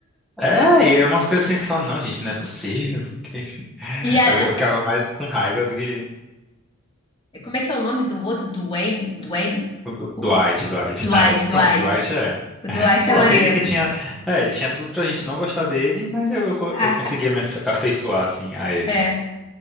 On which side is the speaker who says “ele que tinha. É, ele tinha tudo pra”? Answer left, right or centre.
Centre